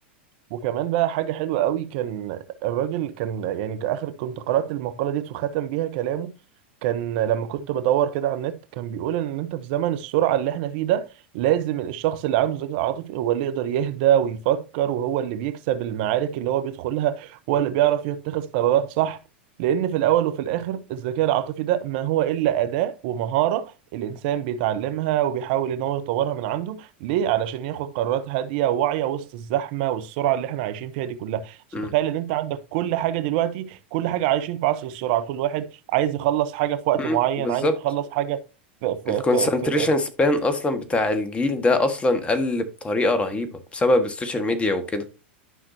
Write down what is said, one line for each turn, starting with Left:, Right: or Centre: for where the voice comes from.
Right: وكمان بقى حاجه حلوه قوي كان الراجل كان يعني كاخر كنت قرات المقاله ديت وختم بيها كلامه كان لما كنت بدور كده على النت كان بيقول ان انت في زمن السرعه اللي احنا فيه ده لازم الشخص اللي عنده ذكاء عاطفي هو اللي يقدر يهدى ويفكر وهو اللي بيكسب المعارك اللي هو بيدخلها هو اللي بيعرف يتخذ قرارات صح لان في الاول وفي الاخر الذكاء العاطفي ده ما هو الا اداه ومهاره الانسان بيتعلمها وبيحاول ان هو يطورها من عنده ليه؟ علشان ياخد قرارات هادية واعية وسط الزحمة والسرعة اللي احنا عايشين فيها دي كلها، بس
Left: م-
Right: تخيل ان انت عندك كل حاجة دلوقتي، كل حاجة عايشين في عصر السرعة، كل واحد عايز يخلص حاجة في وقت
Left: م-
Right: معين،
Left: بالظبط
Right: عايز يخلص حاجة في في
Left: الكونسنتريشن
Right: في في
Left: سبان اصلا بتاع الجيل ده اصلا قل بطريقه رهيبه بسبب السوشيال ميديا وكده